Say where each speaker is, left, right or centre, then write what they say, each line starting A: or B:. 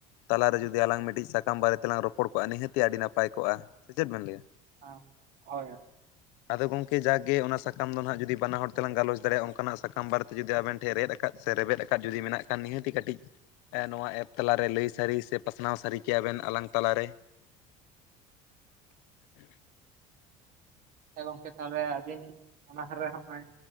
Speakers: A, on the left (about 85°); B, on the right (about 55°).
A: ᱛᱟᱞᱟ ᱨᱮ ᱡᱩᱫᱤ ᱟᱞᱟᱝ ᱢᱤᱫᱴᱤᱡ ᱥᱟᱠᱟᱢ ᱵᱟᱨᱮ ᱛᱮᱞᱟᱝ ᱨᱚᱯᱚᱲ ᱠᱚᱜ-ᱟ ᱱᱤᱦᱟᱹᱛᱤ ᱟᱹᱰᱤ ᱱᱟᱯᱟᱭ ᱠᱚᱜ-ᱟ ᱥᱮ ᱪᱮᱫ ᱵᱮᱱ ᱞᱟᱹᱭ-ᱟ?
B: ᱦᱮᱸ ᱦᱳᱭ᱾
A: ᱟᱫᱚ ᱜᱚᱝᱠᱮ ᱡᱟᱜᱮ ᱚᱱᱟ ᱥᱟᱠᱟ ᱫᱚ ᱦᱟᱜ ᱡᱩᱫᱤ ᱵᱟᱱᱟ ᱦᱚᱲ ᱛᱮᱞᱟᱝ ᱜᱟᱞᱚᱪ ᱫᱟᱲᱮᱭᱟᱜ-ᱟ ᱚᱱᱠᱟ ᱱᱟᱜ ᱥᱟᱠᱟᱢ ᱵᱟᱨᱮ ᱛᱮ ᱡᱩᱫᱤ ᱟᱵᱮᱱ ᱴᱷᱮᱱ ᱨᱮᱫ ᱟᱠᱟᱫ᱾ ᱥᱮ ᱨᱮᱵᱮᱫ ᱟᱠᱟᱫ ᱡᱩᱫᱤ ᱢᱮᱱᱟᱜ ᱠᱷᱟᱱ ᱱᱤᱦᱟᱹᱛ ᱜᱮ ᱠᱟᱹᱴᱤᱡ ᱱᱚᱣᱟ ᱮᱯ ᱛᱟᱞᱟ ᱨᱮ ᱞᱟᱹᱭ ᱥᱟᱹᱨᱤ ᱥᱮ ᱯᱟᱥᱱᱟᱣ ᱥᱟᱹᱨᱤ ᱠᱮᱭᱟ ᱵᱮᱱ ᱟᱞᱟᱝ ᱛᱟᱞᱟ ᱨᱮ᱾ <inaudible>
B: ᱜᱚᱝᱠᱮ ᱛᱟᱞᱦᱮ ᱟᱹᱵᱤᱱ ᱚᱱᱟ ᱦᱟᱨᱮ ᱦᱚᱸᱜ-ᱚᱭ